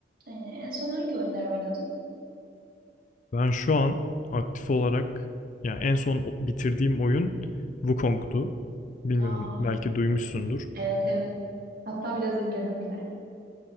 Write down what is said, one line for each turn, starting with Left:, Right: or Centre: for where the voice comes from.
Right: Ee, en son hangi oyunlar oynadın?
Left: Ben şu an aktif olarak yani en son bitirdiğim oyun Wukong'tu. Bilmiyorum
Right: Aa,
Left: belki duymuşsundur.
Right: evet evet. Hatta biraz izledim bile.